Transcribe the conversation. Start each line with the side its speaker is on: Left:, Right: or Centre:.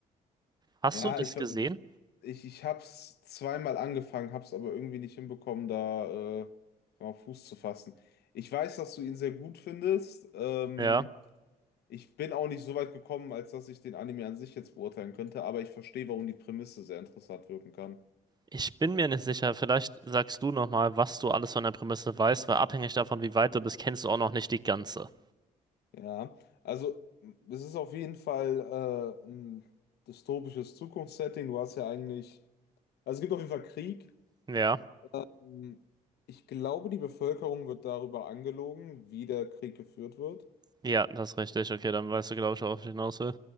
Right: Hast
Left: Ja,
Right: du das
Left: ich, ver-
Right: gesehen?
Left: ich, ich hab's zweimal angefangen, hab's aber irgendwie nicht hinbekommen, da äh, mal Fuß zu fassen. Ich weiß, dass du ihn sehr gut findest. Ähm,
Right: Ja.
Left: ich bin auch nicht so weit gekommen, als dass ich den Anime an sich jetzt beurteilen könnte, aber ich verstehe, warum die Prämisse sehr interessant wirken kann.
Right: Ich bin mir nicht sicher. Vielleicht sagst du nochmal, was du alles von der Prämisse weißt, weil abhängig davon, wie weit du bist, kennst du auch noch nicht die ganze.
Left: Ja, also es ist auf jeden Fall äh, ein dystopisches Zukunftssetting. Du hast ja eigentlich, also es gibt auf jeden Fall Krieg.
Right: Ja.
Left: Ähm, ich glaube, die Bevölkerung wird darüber angelogen, wie der Krieg geführt wird.
Right: Ja, das ist richtig. Okay, dann weißt du, glaube ich, worauf ich hinaus will.